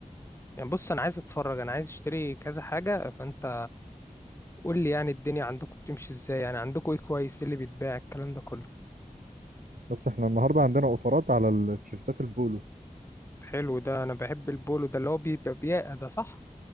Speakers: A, on the left; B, on the right.
A: يعني بص انا عايز اتفرج انا عايز اشتري كذا حاجه فانت قول لي يعني الدنيا عندكم بتمشي ازاي يعني عندكم ايه كويس إيه اللي بيتباع الكلام ده كله
B: بص احنا النهارده عندنا اوفرات على التيشيرتات البولو
A: طب حلو ده انا بحب البولو ده اللي هو بيبقى بياقه ده صح